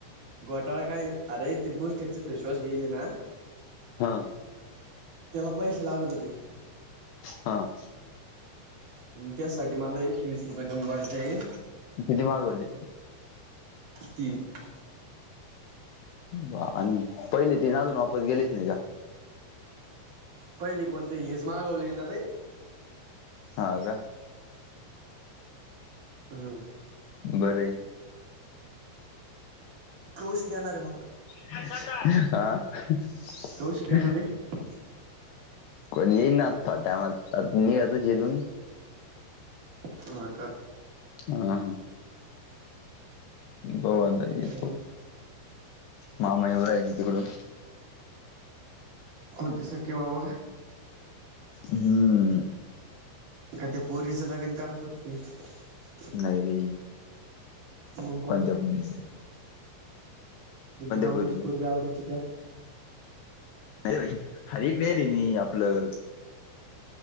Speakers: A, on the right; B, on the left.
A: घोटाळा काय? अरे ते बूस टेकच फेसवॉश घेईल ना,
B: हं.
A: त्याला पैसे लागत होते.
B: हं,
A: म त्यासाठी मला एकशे वीस रुपये कमी पडताये.
B: किती मागवले?
A: तीन.
B: बा! आणि पहिले तीन अजून वापस गेलेच नाही का?
A: पहिले कोणते? हेच मागवले ना रे.
B: हा का?
A: हा.
B: बर हे
A: कुश घेणार हे मग.
B: अ
A: कौशिक येणार आहे
B: कोण येईल ना आता टायमात मी आता जेथुन.
A: हा का.
B: हा भाऊ आता येतो
A: मग
B: मामा येऊ राहिला तिकडून.
A: कोणते सक्के मामा का
B: हम
A: का ते पोरीच लगण करायचं होत ते
B: नाही रे.
A: मग कोण
B: कोणत्या
A: तुला
B: मुलीच
A: तुमची मामाची
B: पोरीच
A: पोरगी आवडायची त्या
B: नही रे हा इकडे आहे रे मी आपलं.